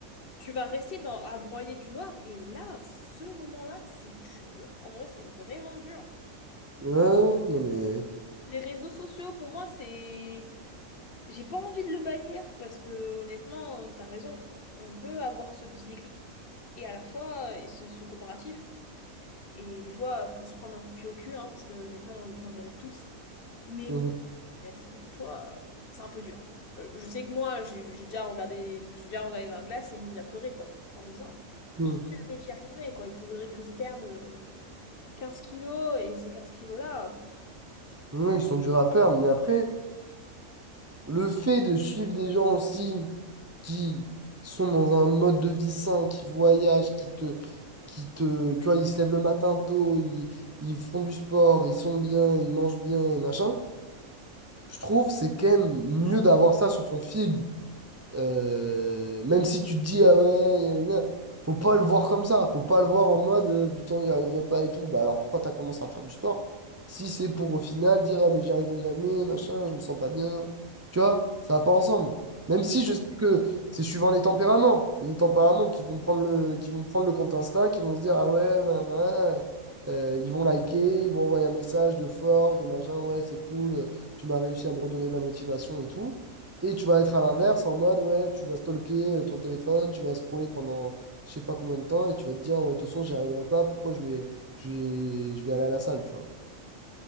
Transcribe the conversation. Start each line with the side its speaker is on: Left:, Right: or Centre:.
Left: tu vas rester dans, à broyer du noir et là, ce moment-là, c'est dur. En vrai, c'est vraiment dur.
Right: Ouais, non mais...
Left: Les réseaux sociaux, pour moi, c'est. J'ai pas envie de le bannir parce que honnêtement, t'as raison. On peut avoir ce petit déclic. Et à la fois, et ce, ce comparatif. Et des fois, faut se prendre un coup de pied au cul, hein, parce que honnêtement, des fois, on le mérite tous. Mais
Right: Mhm.
Left: et vas-y, il y a des fois, euh, c'est un peu dur. Euh, Je sais que moi, j'ai j'ai déjà regardé, je me suis déjà regardée dans la glace et mise à pleurer, quoi. En me disant, Mais
Right: Mhm.
Left: jamais j'y arriverai, quoi. Il faudrait que je perde euh, 15 kilos et ces 15 kilos-là. pff,
Right: Mhm, ils sont durs à perdre, mais après, le fait de suivre des gens aussi qui sont dans un mode de vie sain, qui voyagent, qui te... qui te... Tu vois, ils se lèvent le matin tôt, ils, ils font du sport, ils sont bien, ils mangent bien et machin, je trouve c'est quand même mieux d'avoir ça sur son feed Euh, même si tu te dis, ah ouais, gna, gna, gna, faut pas le voir comme ça. Faut pas le voir en mode, euh, putain, j'y arriverai pas et tout. Bah alors pourquoi t'as commencé à faire du sport? Si c'est pour au final dire, ah mais j'y arriverai jamais, machin, je me sens pas bien. Tu vois, ça va pas ensemble. Même si je sais que c'est suivant les tempéraments. Il y a des tempéraments qui vont prendre le, qui vont prendre le compte Insta, qui vont se dire, ah ouais, nan, nan, euh, ils vont liker, ils vont envoyer un message de force, de machin, ouais, c'est cool, tu m'as réussi à me redonner de la motivation et tout. Et tu vas être à l'inverse, en mode, ouais, tu vas stalker euh, ton téléphone, tu vas scroller pendant je sais pas combien de temps, et tu vas te dire, ouais, de toute façon, j'y arriverai pas, pourquoi je vais, je vais, je vais aller à la salle, tu vois.